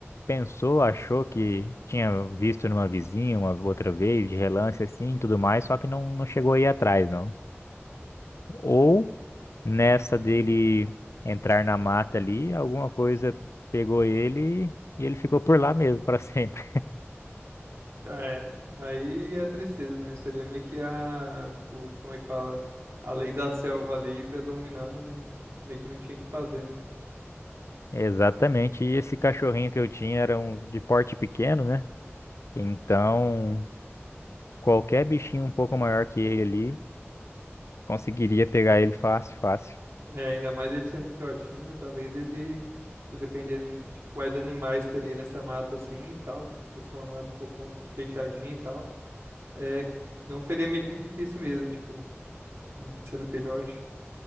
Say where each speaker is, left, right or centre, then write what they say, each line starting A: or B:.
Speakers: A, on the left; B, on the right.
A: pensou, achou que tinha visto numa vizinha uma outra vez, de relance assim e tudo mais, só que não, não chegou aí atrás, não. Ou Nessa dele entrar na mata ali, alguma coisa pegou ele e ele ficou por lá mesmo para sempre.
B: É. Aí é tristeza, né? Seria meio que a, tipo, como é que fala? A lei da selva ali predominando, né? Meio que não tinha o que fazer, né?
A: <laughs> Exatamente. E esse cachorrinho que eu tinha era um de porte pequeno, né? Então, qualquer bichinho um pouco maior que ele ali conseguiria pegar ele fácil, fácil.
B: É, ainda mais ele sendo filhotinho, talvez ele, tipo, dependendo de quais animais teria nessa mata assim e tal, se fosse uma mata um pouco fechadinha e tal, é, não seria meio que difícil mesmo, né, tipo, sendo filhote.